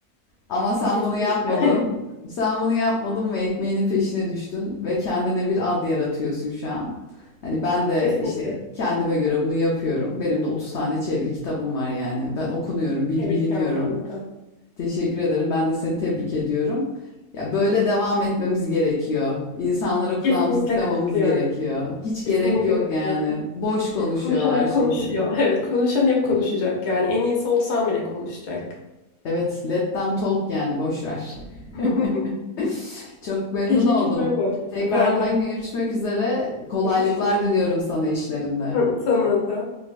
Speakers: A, on the left; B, on the left.
A: Ama sen
B: Kesinlikle.
A: bunu yapmadın. Sen bunu yapmadın ve ekmeğinin peşine düştün ve kendine bir ad yaratıyorsun şu an. Hani ben de
B: <laughs> Kesinlikle.
A: işte kendime göre bunu yapıyorum. Benim de 30 tane çeviri kitabım var yani. Ben okunuyorum, bil-
B: Tebrikler
A: biliniyorum.
B: bu arada.
A: Teşekkür ederim. Ben de seni tebrik ediyorum. Ya böyle devam etmemiz gerekiyor. İnsanlara kulağımızı
B: Kesinlikle
A: tıkamamız
B: katılıyorum.
A: gerekiyor. Hiç gerek
B: Kesinlikle
A: yok
B: katılıyorum.
A: yani. Boş konuşuyorlar
B: Konuşan hep
A: çünkü.
B: konuşuyor. <laughs> Evet, konuşan hep konuşacak. Yani en iyisi olsam bile konuşacak.
A: Evet, let them talk yani boş ver.
B: <laughs>
A: <laughs> <laughs> Çok memnun
B: Teşekkürler
A: oldum.
B: bu arada.
A: Tekrardan
B: Ben de aynı.
A: görüşmek üzere. Kolaylıklar
B: Görüşürüz.
A: diliyorum sana işlerinde.
B: <laughs> Sana da.